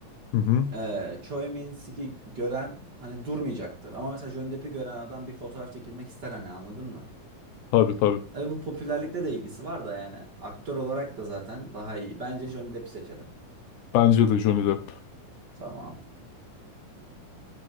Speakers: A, on the left; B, on the right.
A: Hı hı.
B: Ee, Choi Min-sik'i gören hani durmayacaktır. Ama mesela Johnny Depp'i gören adam bir fotoğraf çekilmek ister hani anladın mı?
A: Tabii tabii.
B: Tabii bu popülerlikte de ilgisi var da yani aktör olarak da zaten daha iyi. Bence Johnny Depp'i seçelim.
A: Bence de Johnny Depp.
B: Tamam.